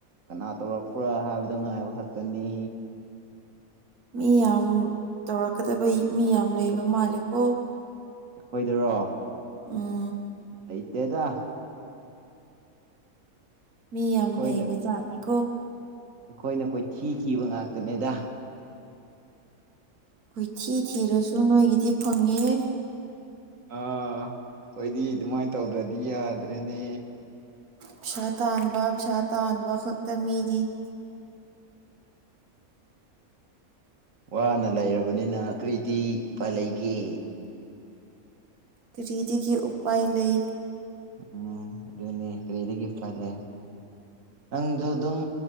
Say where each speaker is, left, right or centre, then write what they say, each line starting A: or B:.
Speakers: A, on the right (about 60°); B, on the right (about 90°).
A: ꯀꯅꯥ ꯇꯧꯔꯛꯄ꯭ꯔꯥ ꯍꯥꯏꯕꯗꯣ ꯉꯥꯏꯕ ꯈꯛꯇꯅꯤ
B: ꯃꯤ ꯌꯥꯝ ꯇꯧꯔꯛꯀꯗꯕꯩ ꯃꯤ ꯌꯥꯝ ꯂꯩꯕ ꯃꯥꯜꯂꯦꯀꯣ
A: ꯑꯩꯈꯣꯏꯗꯔꯣ
B: ꯎꯝ
A: ꯂꯩꯇꯦꯗ
B: ꯃꯤ ꯌꯥꯝ
A: ꯑꯩꯈꯣꯏꯅ
B: ꯂꯩꯕ ꯖꯥꯠꯅꯤꯀꯣ
A: ꯑꯩꯈꯣꯏꯅ ꯀꯣꯏꯊꯤ ꯊꯤꯕ ꯉꯥꯛꯇꯅꯦꯗ
B: ꯀꯣꯏꯊꯤ ꯊꯤꯔꯁꯨ ꯅꯣꯏꯒꯤꯗꯤ ꯐꯪꯉꯦꯌꯦ
A: ꯑꯥ ꯑꯩꯈꯣꯏꯗꯤ ꯑꯗꯨꯃꯥꯏꯅ ꯇꯧꯗ꯭ꯔꯗꯤ ꯌꯥꯗ꯭ꯔꯦꯅꯦ
B: ꯄꯩꯁꯥ ꯇꯥꯟꯕ ꯄꯩꯁꯥ ꯇꯥꯟꯕ ꯈꯛꯇ ꯃꯤꯗꯤ <unintelligible>
A: ꯋꯥꯅ ꯂꯩꯔꯕꯅꯤꯅ ꯀꯔꯤꯗꯤ ꯎꯄꯥꯏꯂꯩꯒꯦ
B: ꯀꯔꯤꯗꯒꯤ ꯎꯄꯥꯏ ꯂꯩ
A: ꯎꯝ ꯑꯗꯨꯅꯤ ꯀ꯭ꯔꯤꯗꯒꯤ ꯎꯄꯥꯏ ꯂꯩ ꯅꯪꯁꯨ ꯑꯗꯨꯝ